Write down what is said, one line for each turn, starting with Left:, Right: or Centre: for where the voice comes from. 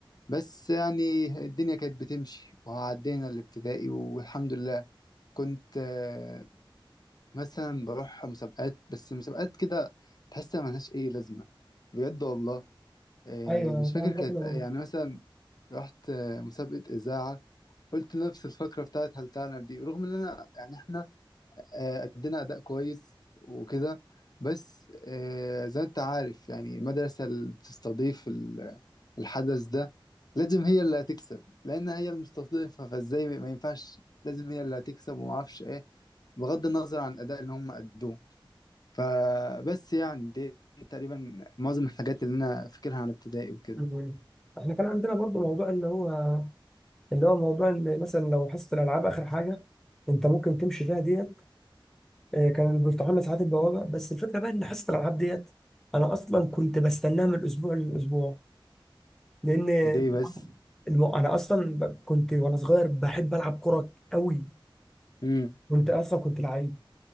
Left: بس يعني الدنيا كانت بتمشي وعدينا الابتدائي والحمد لله كنت آه، مثلا بروح مسابقات بس مسابقات كده تحس ملهاش اي لازمة بجد والله آه،
Centre: ايوه
Left: مش فاكر
Centre: كان عندنا
Left: كانت
Centre: كده برضه
Left: يعني مثلا رحت آه، مسابقة إذاعة قلت نفس الفكرة بتاعت هل تعلم دي رغم ان انا يعني احنا آه، ادينا اداء كويس وكده بس آه، زي ما انت عارف يعني المدرسة اللي بتستضيف ال- الحدث ده لازم هي اللي هتكسب لان هي المستضيفة فازاي ما ينفعش لازم هي اللي هتكسب وما اعرفش ايه بغض النظر عن الاداء اللي هم ادوه فبس يعني دي تقريبا معظم الحاجات اللي انا فاكرها عن ابتدائي وكده
Centre: مم. احنا كان عندنا برضه موضوع اللي هو اللي هو موضوع ان مثلا لو حصه الالعاب اخر حاجه انت ممكن تمشي فيها ديت آه، كانوا بيفتحوا لنا ساعات البوابه بس الفكره بقى ان حصه الالعاب ديت انا اصلا كنت بستناها من الاسبوع للاسبوع لان
Left: دي بس
Centre: الم- انا اصلا ب- كنت وانا صغير بحب العب كوره قوي
Left: امم
Centre: كنت اصلا كنت لعيب